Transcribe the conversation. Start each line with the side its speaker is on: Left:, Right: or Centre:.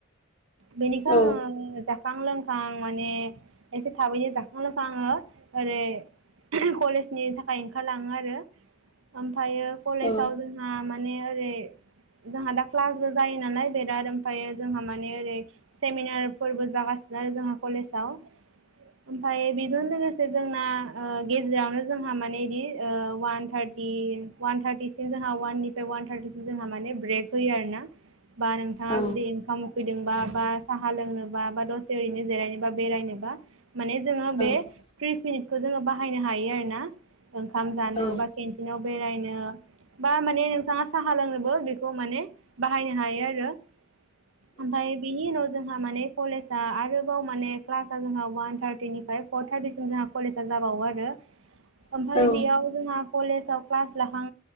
Right: बेनिखाय
Left: औ
Right: आङो जाखां लोंखां माने एसे थाबैनो जाखां लोंखां आङो ओरै कलेजनि थाखाय ओंखारलाङो आरो ओमफ्रायो कलेजाव
Left: औ
Right: जोंहा माने ओरै जोंहा दा क्लासबो जायो नालाय बिराद ओमफ्राय जोंहा माने ओरै सेमिनार फोरबो जागासिनो दायो जोंहा कलेजाव ओमफ्राय बेजों लोगोसे जोंना ओ गेजेरावनो जोंहा माने बिदि ओ अवान थारटि अवान थारटिसिम जोंहा अवाननिफ्राय अवान थारथि जों माने ब्रेक होयो आरोना बा नोंथाङा
Left: औ
Right: जुदि ओंखाम उखैदोंबा बा साहा लोंनोबा बा दसे ओरैनो जिरायनोबा बेरायनोबा माने जोङो बे
Left: औ
Right: त्रिस मिनिटखौ जोङो बाहायनो हायो आरोना ओंखाम जानो
Left: औ
Right: बा केन्टिनाव बेरायनो बा माने नोंथाङा साहा लोंनोबो बेखौ माने बाहायनो हायो आरो ओमफ्राय बेनि उनाव जोंहा माने कलेजा आरोबाव माने क्लास आ जोंहा अवान थार्टिनिफ्राय फर थार्टिसिम जोंहा कलेजा जाबावो आरो यो ओमफ्राय
Left: औ
Right: बेयाव जोंहा कलेजाव क्लास लाखां